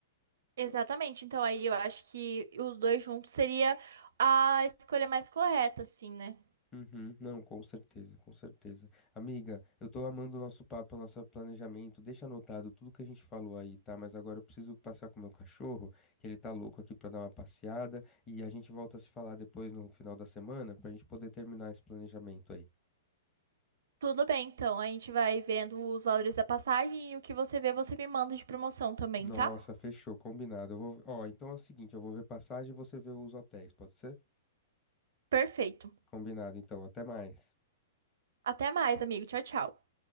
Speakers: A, on the right (about 80°); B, on the left (about 20°).
A: Exatamente. Então aí eu acho que os dois juntos seria a escolha mais correta, assim, né?
B: Uhum, não, com certeza, com certeza. Amiga, eu tô amando o nosso papo, o nosso planejamento. Deixa anotado tudo que a gente falou aí, tá? Mas agora eu preciso passear com o meu cachorro, que ele tá louco aqui pra dar uma passeada. E a gente volta a se falar depois no final da semana pra gente poder terminar esse planejamento aí.
A: Tudo bem, então. A gente vai vendo os valores da passagem e o que você vê, você me manda de promoção também,
B: Nossa,
A: tá?
B: fechou, combinado. Eu vou... Ó, então é o seguinte, eu vou ver passagem e você vê os hotéis, pode ser?
A: Perfeito.
B: Combinado, então, até mais.
A: Até mais, amigo. Tchau, tchau.